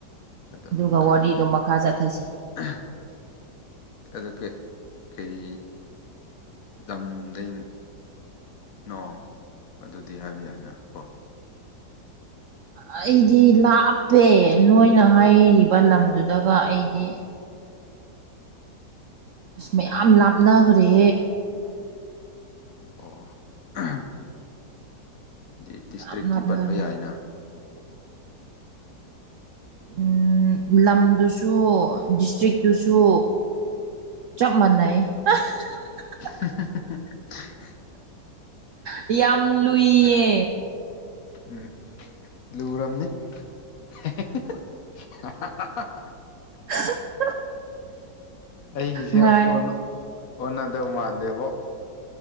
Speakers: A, on the left; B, on the right.
A: ꯑꯗꯣ
B: ꯑꯗꯨꯒ
A: ꯈꯜꯂꯒꯦ
B: ꯋꯥꯔꯤꯗꯣ ꯃꯈꯥ ꯆꯠꯊꯁꯤ
A: ꯑꯥ ꯑꯗꯨ ꯀꯩ ꯀꯩ ꯂꯝꯗꯩ ꯅꯣ ꯑꯗꯨꯗꯤ ꯍꯥꯏꯕ ꯌꯥꯏꯅꯥ ꯀꯣ
B: ꯑꯩꯗꯤ ꯂꯥꯞꯄꯦ ꯅꯣꯏꯅ ꯍꯥꯏꯔꯤꯕ ꯂꯝꯗꯨꯗꯒ ꯑꯩꯗꯤ ꯑꯁ ꯃꯌꯥꯝ ꯂꯥꯞꯅꯈ꯭ꯔꯦ
A: ꯎꯝ ꯑꯣ ꯑꯥ ꯑꯗꯨꯗꯤ ꯗꯤꯁꯇ꯭ꯔꯤꯛꯇꯤ
B: ꯌꯥꯝ ꯂꯥꯞꯅꯔꯦ
A: ꯄꯟꯕ ꯌꯥꯏꯅ
B: ꯎꯨꯝ ꯂꯝꯗꯨꯁꯨ ꯗꯤꯁꯇ꯭ꯔꯤꯛꯇꯨꯁꯨ ꯆꯞ ꯃꯥꯟꯅꯩ ꯑꯥ ꯍ ꯍ ꯍ ꯍ
A: ꯍ
B: ꯍꯥ ꯌꯥꯝ ꯂꯨꯏꯌꯦ
A: ꯎꯨꯝ ꯂꯨꯔꯝꯅꯤ ꯍꯤ ꯍꯤ ꯍꯤ ꯍ ꯍ ꯍ
B: <inaudible>
A: ꯑꯩꯒꯤꯁꯦ
B: ꯉꯥꯏ
A: ꯑꯣꯟꯅꫭ ꯑꫭꯟꯅꯗꯧ ꯃꯥꯟꯗꯦꯕꯣ